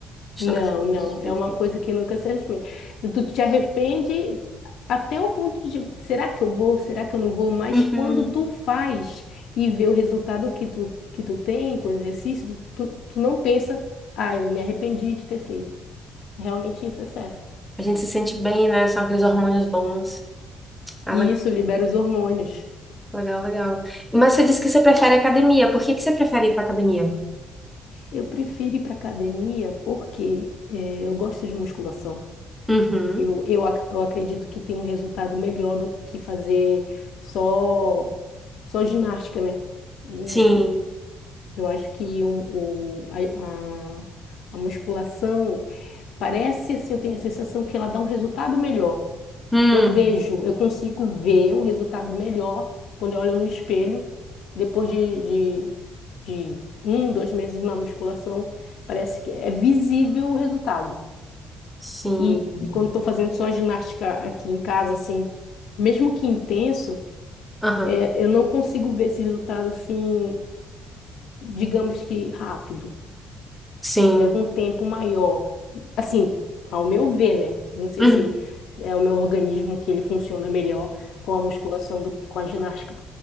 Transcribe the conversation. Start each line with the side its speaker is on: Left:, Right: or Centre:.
Centre: gente
Left: Não,
Centre: nunca se arrepende
Left: não,
Centre: de ter
Left: é uma
Centre: feito.
Left: coisa que nunca se arrepende. Tu te arrepende até o ponto de, será que eu vou? Será que eu não vou? Mas
Centre: Uhum.
Left: quando tu faz e vê o resultado que tu, que tu tem com o exercício, tu, tu, tu não pensa, ah, eu me arrependi de ter feito. Realmente isso é certo.
Centre: A gente se sente bem, né? São aqueles hormônios bons. Ah,
Left: E isso libera os hormônios.
Centre: Legal, legal. Mas você disse que você prefere academia. Por que que você prefere ir para academia?
Left: Eu prefiro ir para academia porque eh, eu gosto de musculação.
Centre: Uhum.
Left: Eu, eu, ac- eu acredito que tem um resultado melhor do que fazer só, só ginástica, né? Eu,
Centre: Sim.
Left: eu acho que um- o, a, a, a musculação parece assim, eu tenho a sensação que ela dá um resultado melhor.
Centre: Hum.
Left: Eu vejo, eu consigo ver um resultado melhor quando eu olho no espelho, depois de, de, de um, dois meses na musculação, parece que é visível o resultado.
Centre: Sim.
Left: E, e quando estou fazendo só ginástica aqui em casa, assim, mesmo que intenso,
Centre: Aham.
Left: é, eu não consigo ver esse resultado assim, digamos que rápido.
Centre: Sim.
Left: leva um tempo maior. Assim, ao meu ver, né? Não sei
Centre: Uhum.
Left: se é o meu organismo que ele funciona melhor com a musculação do que com a ginástica.